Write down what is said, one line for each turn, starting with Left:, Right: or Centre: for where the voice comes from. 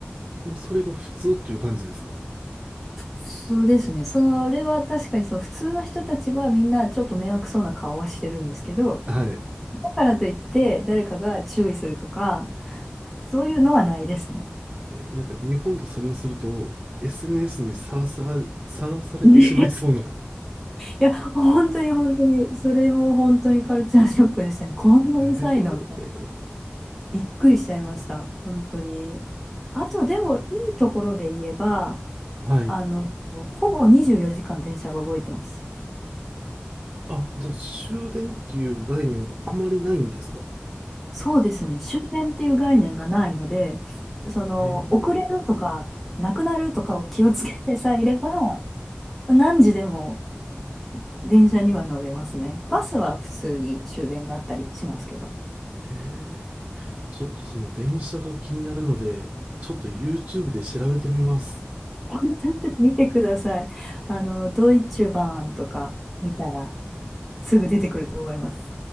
Right: もうそれが普通っていう感じですか
Centre: そうですね。それは確かにその普通の人たちはみんなちょっと迷惑そうな顔はしてるんですけど、
Right: はい。え
Centre: だからといって誰かが注意するとか、そういうのはないですね。
Right: なんか日本でそれをすると、SNS にさらさら、さらされてしまいそうな。
Centre: <laughs> ねいや、本当に本当に、それも本当にカルチャーショックでしたね。こんなうるさいの。
Right: えー
Centre: びっくりしちゃいました。本当に。あと、でも、いいところで言えば、
Right: はい。
Centre: あの、ほぼ24時間電車が動いてます。
Right: あ、じゃあ終電っていう概念はあまりないんですか
Centre: そうですね。終電っていう概念がないので、その、
Right: へえ、
Centre: 遅れるとか、なくなるとかを気をつけてさえいれば、まあ何時でも電車には乗れますね。バスは普通に終電があったりしますけど。
Right: へえ。ちょっとその電車が気になるので、ちょっと YouTube で調べてみます。
Centre: ちょっと見てください。あの、ドイツ版とか見たら、すぐ出てくると思います。